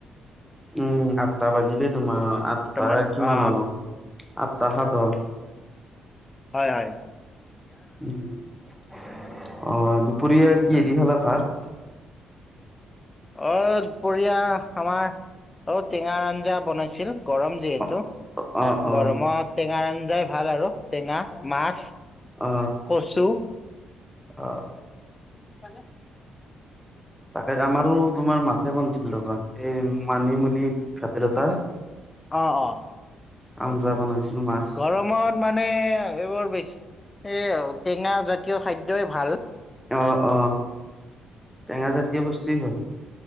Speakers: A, in the centre; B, on the left (about 25°).
A: উম' আঠটা বাজিলেই তোমাৰ, আঠটা
B: বৰ্তমান
A: কিমান
B: অ
A: হ'ল? আঠটা সাত হ'ল।
B: হয়-হয়।
A: উম' অ, দুপৰীয়া কিহে
B: হয়
A: দি খালা ভাত?
B: অ, দুপৰীয়া আমাৰ অ, টেঙাৰ আঞ্জা বনাইছিল, গৰম যিহেতু।
A: অ', অ',
B: গৰমত টেঙা আঞ্জাই ভাল আৰু টেঙা মাছ।
A: অ,
B: কচু
A: অ।
B: হয়নে?
A: তাকে আমাৰো তোমাৰ মাছে বনাইছিলোঁ ৰবা, এই মানিমুনি, ভেদাইলতা।
B: অ-অ,
A: আঞ্জা
B: ও
A: বনাইছিলো মাছ।
B: গৰমত মানে এইবোৰ বেছি এ টেঙা জাতীয় খাদ্যয়ে ভাল।
A: অ-অ, টেঙা জাতীয় বস্তুৱেই হ'ল।